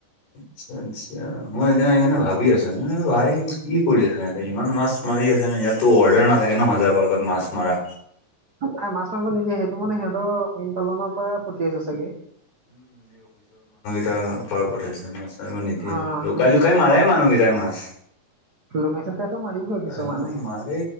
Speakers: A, on the left; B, on the right.
A: আচ্ছা, আচ্ছা, মই সেইদিনা সেইকাৰণে ভাবি আছোঁ আৰে ভাই কি কৰি আছে ইহঁতে, ইমান মাছ মাৰি আছেনে, ইয়াতো অৰ্ডাৰ নাথাকে নহ, সজা পাৰ্কত মাছ মাৰা।
B: মাছ মাৰিব নিদিয়ে, সেইটো মানে সি মীন পালনৰ পৰা পঠিয়াইছে চাগে।
A: ত' পৰা পঠাইছে মাছ মাৰিব নিদিয়ে,
B: অ'
A: লুকাই,
B: সেইটোৱে
A: লুকাই মাৰে
B: নহ'লে
A: মানুহকিটাই মাছ।
B: <unintelligible> মাৰিবই কিছুমানে।
A: অ', মাৰে